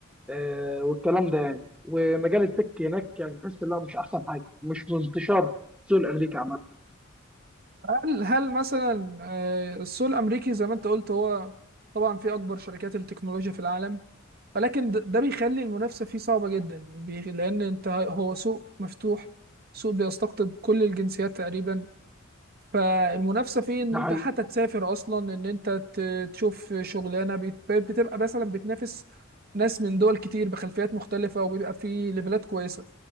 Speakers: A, in the centre; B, on the right (about 50°).
A: آه، والكلام ده يعني ومجال التك هناك يعني تحس لا مش احسن حاجه مش منتشر السوق الامريكي عامه
B: هل هل مثلا آه، السوق الامريكي زي ما انت قلت هو طبعا في اكبر شركات التكنولوجيا في العالم ولكن د- ده بيخلي المنافسه فيه صعبه جدا بي- لان انت هو سوق مفتوح سوق بيستقطب كل الجنسيات تقريبا فالمنافسه فيه ان
A: ده حقيقي
B: انت حتى تسافر اصلا ان انت ت- تشوف شغلانه بت- بتبقى مثلا بتنافس ناس من دول كتير بخلفيات مختلفه وبيبقى في ليفلات كويسه